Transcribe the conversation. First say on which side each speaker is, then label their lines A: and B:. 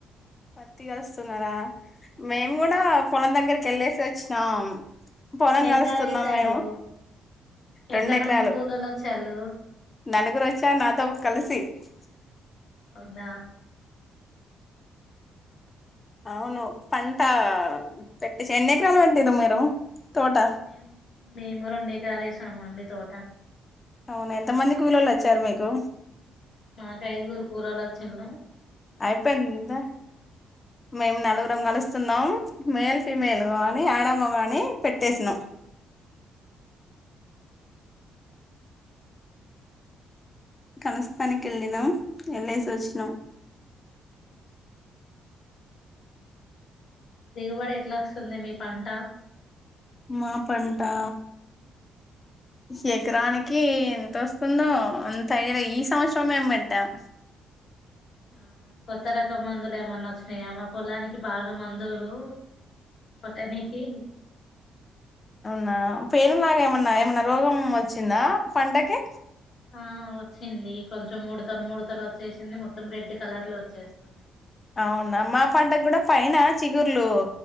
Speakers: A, on the left; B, on the left.
A: పత్తిగా వస్తున్నారా మేము కూడా పొలం దగ్గరికి వెళ్ళేసి వచ్చినాం పొలం
B: ఎన్ని ఎకరాలు
A: కలుస్తున్నాం
B: వేసారు
A: మేము రెం
B: ఎంత
A: ఎకరాలు
B: మంది కూలోళ్ళు వచ్చాళ్ళు
A: నలుగురు వచ్చా నాతోబ కలిసి వ
B: ంద
A: అవును పంట పెట్టేసి ఎన్ని ఎకరాలు పట్టారు మీరు తోట
B: మేము మేము రెండేకిరారేసాము అండి తోట
A: అవునా ఎంత మంది కూలళ వచ్చారు మీకు
B: మాకు ఐదుగురు కూలలు వచ్చినళ
A: అయిపోయిందిందా మేము నలుగురం కలుస్తున్నాం మేల్ ఫీమేల్ కానీ ఆడమ్మ గాని పెట్టేసినాం కనస్తాని క వెళ్ళినం ఎలా సోచినం
B: దిగుబడి ఎట్లా వస్తుంది మీ పంట
A: మాపడింటా శిఖరానికి ఎంతొస్తుందో అంత అ ఈ సంవత్సరం మేము పెట్టాం
B: ఆ కొత్త రక మందులు ఏమన్నా స్నేయామా పొలానికి బాగా మందులు మత్త నకి
A: నా పేను లాగా ఏమన్నా ఏమన్నా రోగం వచ్చిందా పంటకి
B: ఆ వచ్చింది కొంచెం మూడుతల మూడుతల వచ్చేసింది మొత్తం రెడ్ కలర్ లో వచ్చేస్తుంది
A: అవునా మా పంటకు కూడా పైన చిగుర్లు